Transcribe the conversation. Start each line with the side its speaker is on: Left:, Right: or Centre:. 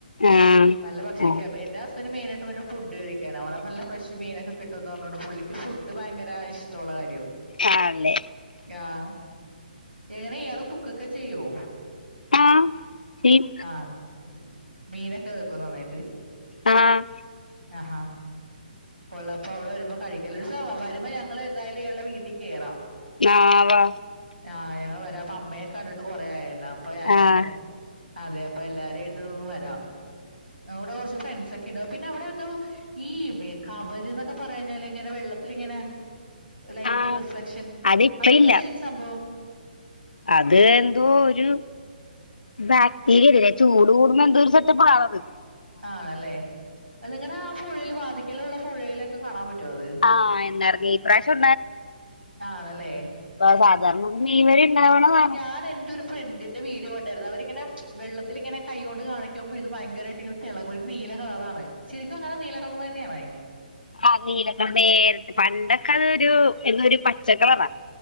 Left: ആഹ്
Right: നല്ല പക്ഷേ
Left: ആഹ്
Right: എന്റെ ഹസ്ബന്റ് മെയിനായിട്ടു വരും. ഫുഡുകഴിക്കാനവിടെ നല്ല ഫ്രഷുമീനൊക്കെ കിട്ടുമെന്നു പറഞ്ഞു കൊണ്ടു പുള്ളി ഫുഡുഭയങ്കര ഇഷ്ടമുള്ള കാര്യവാ
Left: ആല്ലേ
Right: ആഹ് എങ്ങനെയാ ഇയാള് കുക്കൊക്കെ ചെയ്യുവോ
Left: ആഹ് ചെയ്യും
Right: ആഹ്‌ മീനൊക്കെ വെക്കുവോ നന്നായിട്ട്
Left: ആഹ്
Right: ആഹാ ഒള്ളപ്പമവിടെ വരുമ്പോ കഴിക്കല് വരുമ്പോ ഞങ്ങളെന്തായാലുമിയാളുടെ വീട്ടിൽ കയറാം.
Left: ഞാ വാ
Right: ആഹ് ഞങ്ങൾവരാം അപ്പൊ അമ്മയെ കണ്ടിട്ടു കൊറെയായല്ലോ അപ്പൊ ഞാനെന്റ
Left: ആഹ്
Right: അതെയപ്പൊ എല്ലാരുമായിട്ടൊന്നു വരാം അവിടെകുറച്ചു ഫ്രണ്ട് സൊക്കെയുണ്ടാവും പിന്നെ അവിടെയെന്തോ ഈ മേ കവരെന്നൊക്കെ പറയാഞ്ഞാൽ ഇങ്ങനെ വെള്ളത്തിലിങ്ങനെ ലൈറ്റു
Left: ആഹ്
Right: റിഫ്ലക്ഷൻ
Left: അത് ഇപ്പ
Right: അതെന്താ
Left: ഇല്ല
Right: ശരിക്കും സംഭവം
Left: അത് എന്തോ ഒരു ബാക്ടീരിയയല്ലേ ചൂട് കൂടുമ്പോ എന്തൊ ഒരു സെറ്റപ്പാണത്
Right: ആണല്ലേ അതു നിങ്ങളുടെയാപുഴയില് വാതിൽക്കലുള്ളപുഴയില് അതുകാണാൻ പറ്റോ അത്
Left: ആഹ് എന്നാർന്ന് ഈ പ്രാവശ്യം
Right: ആണല്ലേ
Left: ഇപ്പഅതു സാധാരണ മെയ്യ് വരെയുണ്ടാവുന്നതാണ്
Right: അതെന്തൊരു ഫ്രണ്ടിന്റെ വീഡിയോ കണ്ടായിരുന്നു അവരിങ്ങനെ വെള്ളത്തിലിങ്ങനെ കൈ കൊണ്ടു കാണിക്കുമ്പോയിത് ഭയങ്കരമായിട്ടിങ്ങനെ തിളങ്ങും ഒരുനീല കളറാണ് ശരിക്കുമങ്ങനെ നീലകളറുതന്നെയാണോ അതിന്
Left: ആനീലക്കളറേ നേര പണ്ടൊക്കെയൊരു എന്താ ഒരുപച്ചക്കളറാണ്